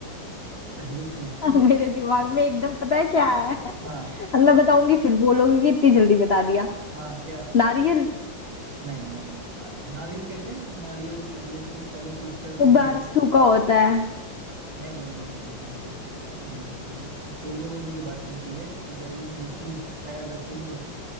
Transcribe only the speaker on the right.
पहले सूखती
है
हाँ
हाँ क्या
नहीं नहीं नारियल नारियल कैसे मतलब नारियल पहले से पहले सूखता है फिर
गीला होता है
नहीं नहीं नहीं नहीं नहीं ऐसे ऐसा नहीं कि खोलने वोलने की बात नहीं की है कि ये वो वो चीज है वैसे ही है